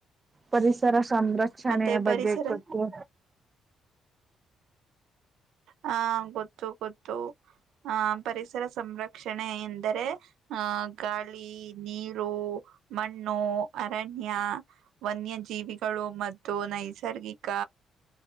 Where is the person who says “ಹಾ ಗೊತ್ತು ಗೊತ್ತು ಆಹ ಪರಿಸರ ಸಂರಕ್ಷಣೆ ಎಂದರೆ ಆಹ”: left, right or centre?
Right